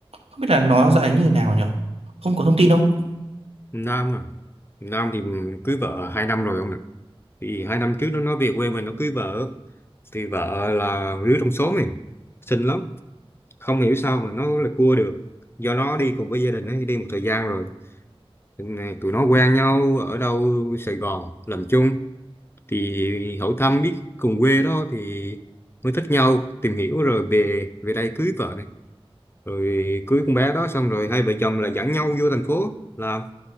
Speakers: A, on the right; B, on the left.
A: Không biết là nó dạy như thế nào nhỉ? Không có thông tin không?
B: Nam à Nam thì cưới vợ hai năm rồi ông ạ thì hai năm trước nó nói về quê mình nó cưới vợ thì vợ là đứa trong xóm này xinh lắm không hiểu sao mà nó lại cua được do nó đi cùng với gia đình ấy đi một thời gian rồi Nên là tụi nó quen nhau ở đâu Sài Gòn làm chung thì hỏi thăm biết cùng quê đó thì mới thích nhau tìm hiểu rồi về về đây cưới vợ này rồi cưới con bé đó xong rồi hai vợ chồng là dẫn nhau vô thành phố làm